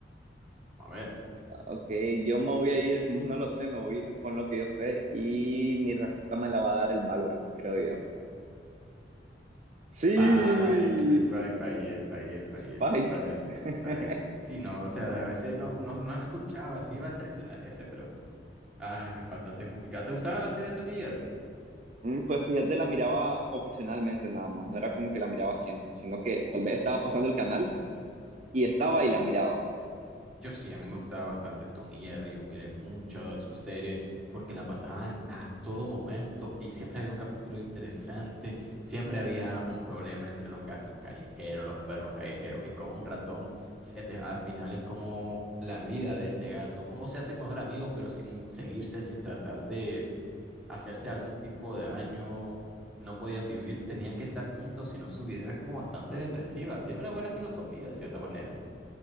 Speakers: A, in the centre; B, on the right.
A: A ver.
B: Ok, yo me voy a ir, como no lo sé, me voy a ir con lo que yo sé y mi respuesta me la va a dar el Valorant, creo yo. Sí,
A: Spike, Spike, fallé, fallé, fallé,
B: Spike.
A: Spike,
B: <laughs>
A: Spike. Sí, no, o sea, a veces no, no, no la escuchaba, sí iba a seleccionar ese, pero ah, es bastante complicado. ¿Te gustaba la serie de Tom y Jerry?
B: Mm, Pues fíjate, la miraba ocasionalmente nada más, no era como que la miraba siempre, sino que
A: Oh,
B: tal vez estaba pasando el canal y estaba y la miraba.
A: Yo sí, a mí me gustaba bastante Tom y Jerry, yo miré mucho de su serie porque la pasaban a todo momento y siempre había un capítulo interesante, siempre había un problema entre los gatos callejeros, los perros callejeros y como un ratón, se- de- al final es como la vida de este gato, cómo se hacen mejor amigos pero sin seguirse, sin tratar de hacerse algún tipo de daño, no podían vivir, tenían que estar juntos, si no su vida era como bastante depresiva, tiene una buena filosofía de cierta manera.